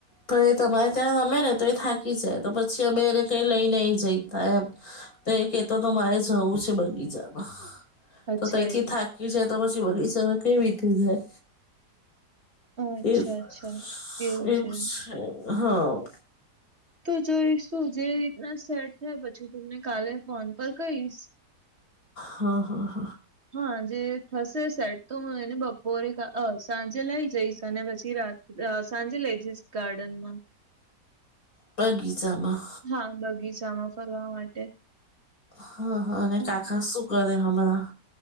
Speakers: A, on the left (about 55°); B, on the right (about 40°).
A: પણ એ તમારે ત્યાં રમે ને તો એ થાકી જાય તો પછી અમે એને કઈ લઈ નહી જઈતા એમ. તો એ કે તો તો મારે જવું છે બગીચામાં તો
B: અચ્છા
A: તઈથી
B: એવું
A: થાકી
B: છે
A: જાય તો પછી બગીચામાં કેવી રીતે જાય.
B: અચ્છા
A: એવું
B: અચ્છા એવું છે
A: <unintelligible> હા
B: તો જોઈશું જે રીતના સેટ થયા પછી તમને કાલે ફોન પર કહીશ.
A: હા હા હ
B: હા જે થશે સેટ તો હું એને બપોરે કા અ સાંજે લઈ જઈશ અને પછી રાત અ સાંજે લઈ જઈશ ગાર્ડનમાં
A: બગીચમાં
B: હા બગીચામાં ફરવા માટે
A: હા હ અને
B: હમ
A: કાકા શું કરે હમણાં.